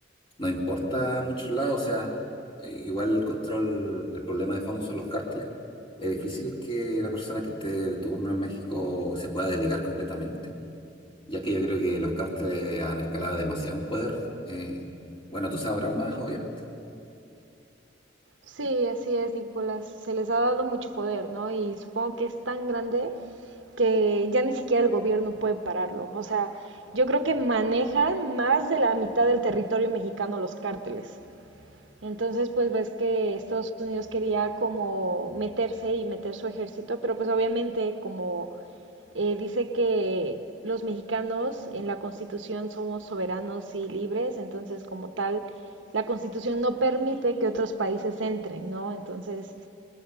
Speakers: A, on the left; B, on the right.
A: no importa a muchos lados, o sea, eh, igual el control, el problema de fondo son los cárteles. Es difícil que la persona que esté de turno en México se pueda desligar completamente, ya que yo creo que los cárteles han escalado demasiado en poder. eh, bueno, tú sabrás más, obviamente.
B: Sí, así es, Nicolás. Se les ha dado mucho poder, ¿no? Y supongo que es tan grande que ya ni siquiera el gobierno puede pararlo. O sea, yo creo que manejan más de la mitad del territorio mexicano los cárteles. Entonces, pues ves que Estados Unidos quería como meterse y meter su ejército, pero pues obviamente como eh, dice que los mexicanos en la Constitución somos soberanos y libres, entonces como tal, la Constitución no permite que otros países entren, ¿no? Entonces,